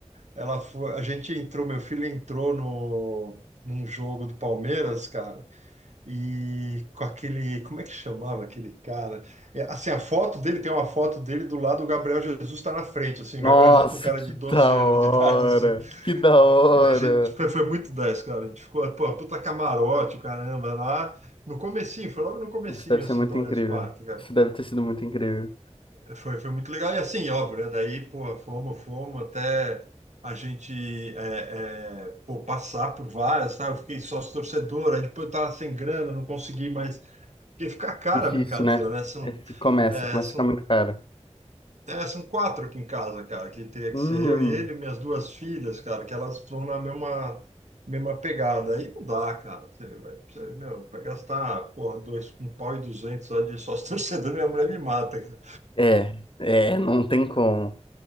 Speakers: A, on the right (about 80°); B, on the left (about 45°).
A: ela foi, a gente entrou, meu filho entrou no num jogo do Palmeiras, cara, e com aquele, como é que chamava aquele cara? É, assim, a foto dele tem uma foto dele do lado, o Gabriel Jesus está na frente, assim,
B: Nossa,
A: o Gabriel Jesus com cara
B: que
A: de 12
B: da
A: anos
B: hora.
A: de <laughs> idade, assim.
B: Que da hora.
A: E a gente foi, foi muito 10, cara. A gente ficou, pô, puta camarote, o caramba, lá no comecinho, foi logo no comecinho,
B: Isso deve ser
A: assim,
B: muito
A: do
B: incrível.
A: Allianz Parque, cara.
B: Isso deve ter sido muito incrível.
A: Foi, foi muito legal. E assim, óbvio, né? Daí, pô, fomos, fomos até a gente é, é, pô, passar por várias, tá? Eu fiquei sócio torcedor, aí depois eu tava sem grana, não consegui mais. Porque fica cara
B: Difícil,
A: a brincadeira,
B: né?
A: né? São,
B: É, f- Começa,
A: é,
B: começa
A: são
B: a ficar muito caro.
A: É, são quatro aqui em casa, cara, que teria
B: Hum,
A: que ser eu e ele, e minhas duas filhas, cara, que elas vão na mesma, mesma pegada. Aí não dá, cara. Você vai, você, meu, vai gastar, porra, dois, um pau e duzentos só de sócio <laughs> torcedor, minha mulher me mata. cara.
B: é, é, não tem como.